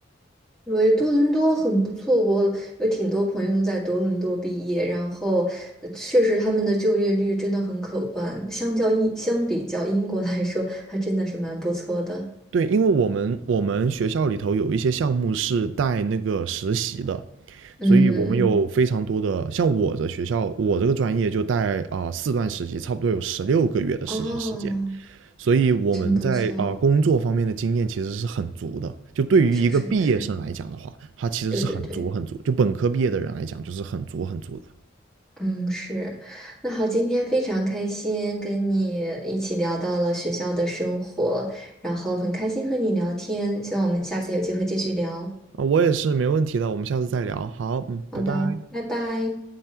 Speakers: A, in the centre; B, on the right.
A: 因为多伦多很不错，我有挺多朋友都在多伦多毕业，然后呃确实他们的就业率真的很可观，相较英相比较英国来说，还真的是蛮不错的。
B: 对，因为我们我们学校里头有一些项目是带那个实习的，
A: 嗯，
B: 所以我们有非常多的，像我的学校，我这个专业就带啊、呃四段实习，差不多有十六个月的实习时间，
A: 哦，
B: 所以我们在啊、
A: 真不错，
B: 呃工作方面的经验其实是很足的。就对于一个毕业生来讲的话，
A: 是是是，
B: 他其实是很足很足，
A: 对对对，
B: 就本科毕业的人来讲，就是很足很足的。
A: 嗯是。那好，今天非常开心跟你一起聊到了学校的生活，然后很开心和你聊天，希望我们下次有机会继续聊。
B: 啊、我也是没问题的，我们下次再聊。好，嗯，
A: 好的，
B: 拜拜。
A: 拜拜。